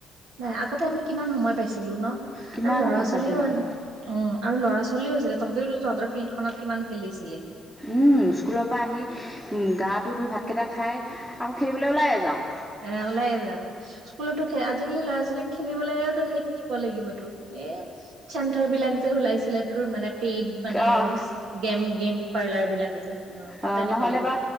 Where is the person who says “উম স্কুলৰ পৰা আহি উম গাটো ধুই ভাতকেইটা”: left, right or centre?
Right